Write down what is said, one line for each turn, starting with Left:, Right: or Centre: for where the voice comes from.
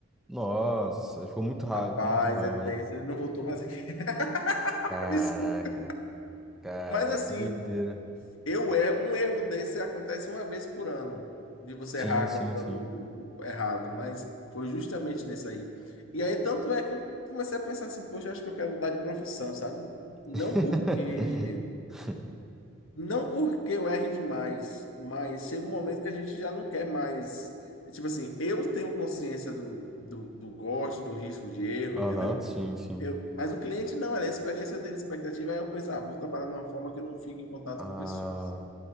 Centre: Nossa, ele ficou muito raiva,
Left: Rapaz,
Centre: com muita raiva,
Left: é tenso,
Centre: né?
Left: ele não voltou mais aqui. <laughs>
Centre: Caraca,
Left: Desculpa.
Centre: cara,
Left: Mas assim,
Centre: que doideira.
Left: eu é um erro desse acontece uma vez por ano, de você
Centre: Sim,
Left: errar
Centre: sim,
Left: cortando
Centre: sim.
Left: o, o errado, mas foi justamente nesse aí. E aí tanto é que eu comecei a pensar assim, poxa, eu acho que eu quero mudar de profissão, sabe? Não
Centre: <laughs>
Left: porque Não porque eu erre demais, mas chega um momento que a gente já não quer mais. Tipo assim, eu tenho consciência do, do, do gosto, do risco de erro,
Centre: Aham,
Left: entendeu?
Centre: sim, sim.
Left: Eu, mas o cliente não, é a experiência dele, a expectativa, aí eu penso, ah, vou trabalhar de uma forma que eu não fique em contato
Centre: Ah,
Left: com pessoas.